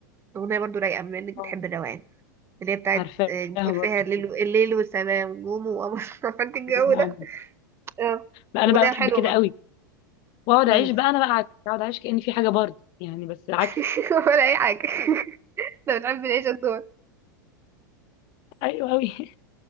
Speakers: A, on the right; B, on the left.
A: أغنية برضه رايقة بما إنك
B: اه
A: بتحبي الروقان اللي هي بتاعت
B: عارفاها
A: آه، بتقول
B: برضه
A: فيها الليل و- الليل والسماء والنجوم وقمر <laughs> فانت الجو
B: نجوم
A: ده
B: وقمر.
A: اه
B: بقى انا
A: اغنيه
B: بقى بحب
A: حلوه
B: كده
A: برضه
B: قوي واقعد
A: مم.
B: اعيش بقى انا بقى عكس اقعد اعيش كأني في حاجه برضه يعني بس عكس
A: <laughs> ولا اي حاجه <laughs> احنا بنحب نعيش الدور
B: ايوه قوي <laughs>